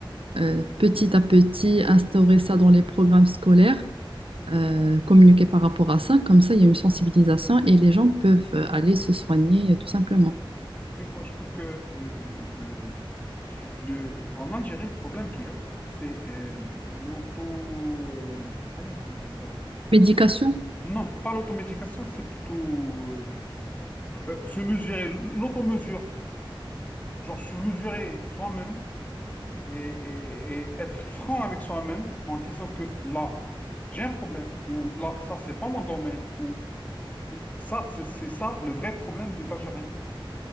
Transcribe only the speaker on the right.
euh, petit à petit, instaurer ça dans les programmes scolaires, euh, communiquer par rapport à ça, comme ça, il y a une sensibilisation et les gens peuvent euh, aller se soigner euh, tout simplement.
Médication?